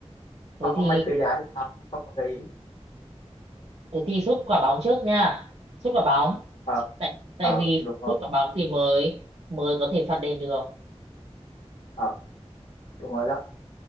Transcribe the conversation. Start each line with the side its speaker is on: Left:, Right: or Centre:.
Right: thế
Left: không
Right: thì
Left: mày tự giải Ờ, không có gợi ý
Right: thế thì sút quả bóng trước nha sút quả bóng
Left: ờ
Right: tại tại
Left: ờ
Right: vì
Left: đúng
Right: phải
Left: rồi
Right: sút quả bóng thì mới mới có thể phạt đền được
Left: ờ đúng rồi đó